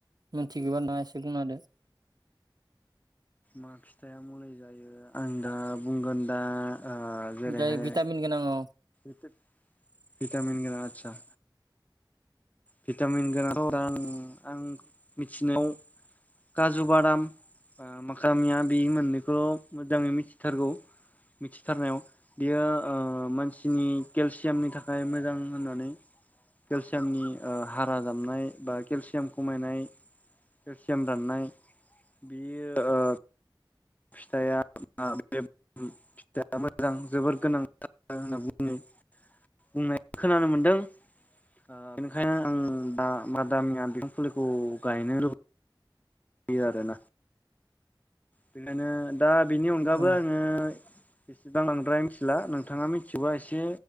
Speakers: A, on the right (about 55°); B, on the left (about 20°).
A: मिथिगोबा नोंथांङा एसे बुंनाहोदो
B: मा फिथाइआ मुलि जायो आं दा बुंगोन दा ओ जेरैहाय
A: ओमफ्राय भिटामिन गोनां औ
B: भिटामिन गोनां आदसा भिटामिन गोनांं औ आं मिथिनायाव काजु बादाम ओ माखामिया बे मोननैखौ मोजांङै मिथिथारगौ मिथिथारनायाव बियो ओ मानसिनि केलसियामनि थाखाय मोजां। होननानै केलसियामनि ओ हारा जामनाय बा केलसियाम खमायनाय केलसियाम राननाय। बेयो ओ फिथाया <unintelligible> दा मोजां जोबोर गोनां <unintelligible> होनना बु <unintelligible> बुंनाय खोनानो मोनदों ओ बेनिखायनो आं दा मादामिया बिफां फुलिखौ। गायनो र' दि आरोना? बेखायनो दा बिनि अनगाबो
A: औ
B: आङो <unintelligible> मिथिला नों थाङा मिथियोबा एसे